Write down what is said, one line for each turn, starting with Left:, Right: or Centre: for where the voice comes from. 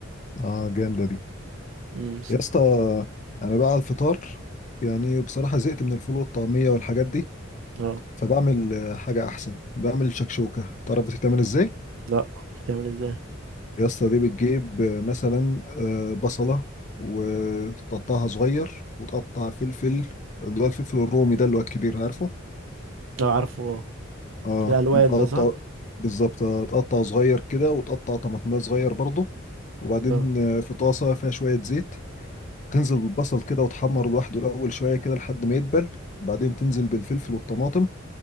Left: اه جامده دي
Right: امم
Left: يا اسطى انا بقى على الفطار يعني بصراحه زهقت من الفول والطعميه والحاجات دي
Right: اه
Left: فبعمل آه، حاجه احسن بعمل شكشوكه تعرف بتتعمل ازاي
Right: لا بتعمل ازاي
Left: يا اسطى دي بتجيب آه، مثلا آه، بصلة وتقطعها صغير وتقطع فلفل اللي هو الفلفل الرومي ده اللي هو الكبير عارفه
Right: اه عارفه اه
Left: اه
Right: الالوان
Left: تقطع
Right: ده صح
Left: بالظبط آه، تقطع صغير كده وتقطع طماطمية صغير برضه وبعدين
Right: اه
Left: آه، في طاسة فيها شوية زيت تنزل بالبصل كده وتحمر لوحده الأول شوية كده لحد ما يدبل بعدين تنزل بالفلفل والطماطم